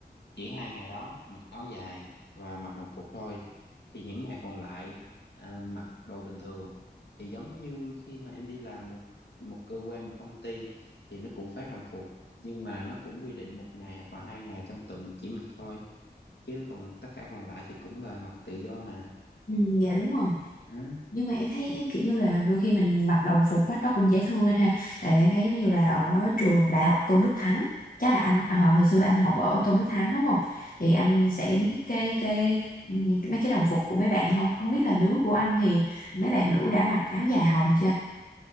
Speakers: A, on the left (about 75°); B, on the left (about 55°).
A: chỉ hai ngày đó mặc áo dài và mặc đồng phục thôi thì những ngày còn lại à, mặc đồ bình thường thì giống như khi mà em đi làm một một cơ quan một công ty thì nó cũng phát đồng phục nhưng mà nó cũng quy định một ngày hoặc là hai ngày trong tuần chỉ mặc thôi chứ còn tất cả còn lại thì cũng là mặc tự do mà
B: Ừ, dạ đúng rồi
A: đó.
B: nhưng mà em thấy kiểu như là đôi khi mình mặc đồng phục mắt đó cũng dễ thương anh ha tại vì em thấy giống như là ở trường đại học Tôn Đức Thắng chắc là anh ờ, hồi xưa anh học ở Tôn Đức Thắng đúng không thì anh sẽ
A: Ừ.
B: biết cái cái ừ, cái- mấy cái đồng phục của mấy bạn không không biết là lứa của anh thì mấy bạn nữ đã mặc áo dài hồng chưa